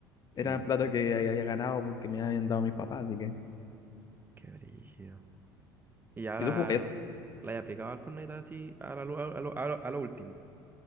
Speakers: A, on the left; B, on the right.
A: era
B: Sí, pues,
A: plata que ahí había ganado porque me habían dado mis papás, así que...
B: qué brígido. Y ahora
A: ¿Y tú jugaste
B: la he aplicado al Fortnite así a, la lu- a, lo, a lo- a lo último.